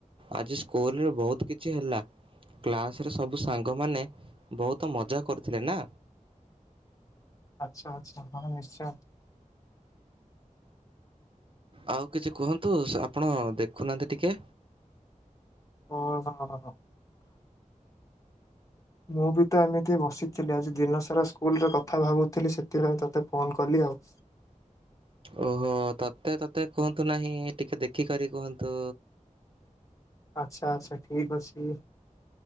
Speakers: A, on the right; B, on the left.
A: ଆଜି ସ୍କୁଲରେ ବହୁତ କିଛି ହେଲା। କ୍ଲାସରେ ସବୁ ସାଙ୍ଗମାନେ ବହୁତ ମଜା କରିଥିଲେ ନା।
B: ଆଚ୍ଛା ଆଚ୍ଛା ହଁ ନିଶ୍ଚୟ
A: ଆଉ କିଛି କୁହନ୍ତୁ ଆପଣ ଦେଖୁନାହାନ୍ତି ଟିକଏ।
B: ଓ ହ। ମୁଁ ବି ତ ଏମିତି ବସିଥିଲି ଆଜି ଦିନ ସାରା ସ୍କୁଲରେ କଥା ଭାବୁଥିଲି ସେଥିପାଇଁ ତୋତେ ଫୋନ କଲି ଆଉ।
A: ଓହୋ ତତେ ତତେ କୁହନ୍ତୁ ନାହିଁ ଟିକେ ଦେଖି କରି କୁହନ୍ତୁ।
B: ଆଚ୍ଛା ଆଚ୍ଛା ଠିକ ଅଛି।